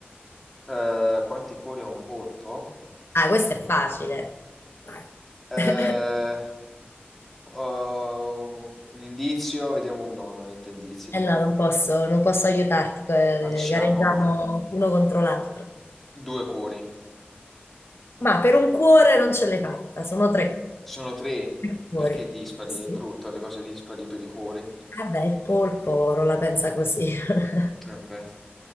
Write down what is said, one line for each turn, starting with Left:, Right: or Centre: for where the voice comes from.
Centre: Eh, quanti cuori ha un polpo?
Left: Ah, questo è facile. Dai.
Centre: Eh,
Left: <laughs>
Centre: Oh, un indizio, vediamo. No, non indizi. dai.
Left: Eh no, non posso, non posso aiutarti, eh,
Centre: Facciamo
Left: gareggiamo uno contro l'altro.
Centre: due cuori.
Left: Ma per un cuore non ce l'hai fatta, sono tre.
Centre: Sono tre.
Left: Tre cuori.
Centre: Perché dispari?
Left: Sì, sì.
Centre: È brutto le cose dispari per i cuori.
Left: Vabbè, il polpo non la pensa così. <laughs>
Centre: Vabbè.